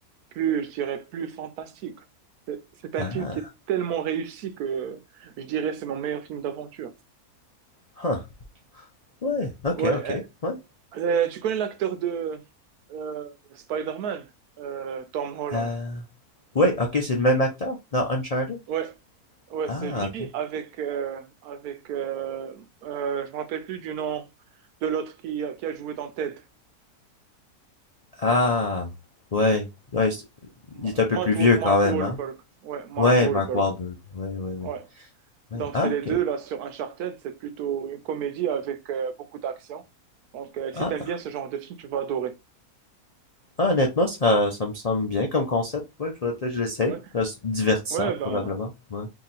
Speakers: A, on the right; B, on the left.
A: plus, je dirais, plus fantastique. C'est c'est un
B: Ah,
A: film qui est tellement réussi que je dirais c'est mon meilleur film d'aventure.
B: huh. Ouais, ok,
A: Ouais,
B: ok, ouais.
A: Euh, tu connais l'acteur de euh, Spider-Man, euh, Tom Holland.
B: Euh... Ouais, ok, c'est le même acteur dans Uncharted?
A: Ouais, ouais,
B: Ah,
A: c'est lui
B: ok.
A: avec euh, avec euh, euh, je me rappelle plus du nom de l'autre qui, qui a joué dans Ted.
B: Ah, ouais, ouais, c'est-
A: Ma-
B: il est un peu
A: Matt
B: plus vieux
A: Wa- Mark
B: quand même,
A: Wahlberg.
B: hein?
A: Ouais, Mark
B: Ouais,
A: Wahlberg.
B: Mark Wahlberg, ouais, ouais, ouais.
A: Ouais.
B: Ouais,
A: Donc
B: ah,
A: c'est les deux
B: ok.
A: là sur Uncharted, c'est plutôt une comédie avec euh, beaucoup d'action. Donc euh, si
B: Ah,
A: t'aimes bien ce genre de film, tu vas adorer.
B: Ah, honnêtement, ça, ça me semble bien comme concept. Ouais, il faudrait peut-être que je l'essaye.
A: Ouais.
B: Ça, C'est divertissant,
A: Ouais,
B: probablement.
A: ben
B: Ouais.